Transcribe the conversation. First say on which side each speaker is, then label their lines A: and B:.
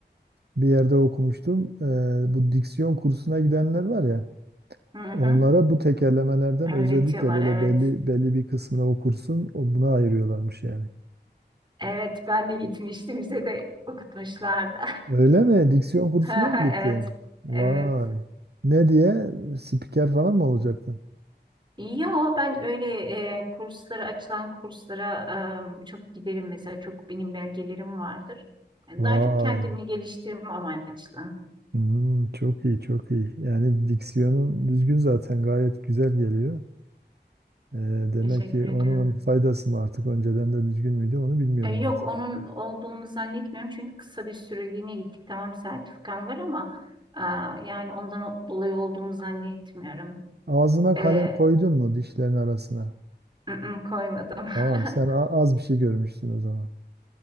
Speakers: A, on the right (about 65°); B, on the right (about 25°).
A: bir yerde okumuştum E, bu diksiyon kursuna gidenler var ya
B: Hı hı.
A: onlara bu tekerlemelerden
B: Öğretiyorlar
A: özellikle böyle
B: evet.
A: belli belli bir kısmını o kursun o buna ayırıyorlarmış yani.
B: Evet ben de gitmiştim bize de okutmuşlardı.
A: Öyle mi? Diksiyon kursuna
B: <laughs>
A: mı gittin?
B: Evet.
A: Vay.
B: Evet.
A: Ne diye? Spiker falan mı olacaktın?
B: Ya ben öyle e, kurslara açılan kurslara e, çok giderim mesela çok benim belgelerim vardır. Yani
A: Vay.
B: daha çok kendimi geliştirme amaçlı.
A: Hmm, çok iyi, çok iyi. Yani diksiyonun düzgün zaten gayet güzel geliyor. Ee, demek
B: Teşekkür
A: ki
B: ederim.
A: onun faydası mı artık önceden de düzgün müydü onu bilmiyorum
B: E, yok
A: artık.
B: onun olduğunu zannetmiyorum çünkü kısa bir süreliğine gittik. Tamam sertifikam var ama a, yani ondan o- dolayı olduğunu zannetmiyorum.
A: Ağzına
B: E,
A: kalem koydun mu dişlerin arasına?
B: ı-ı, koymadım.
A: Tamam,
B: <laughs>
A: sen a- az bir şey görmüşsün o zaman.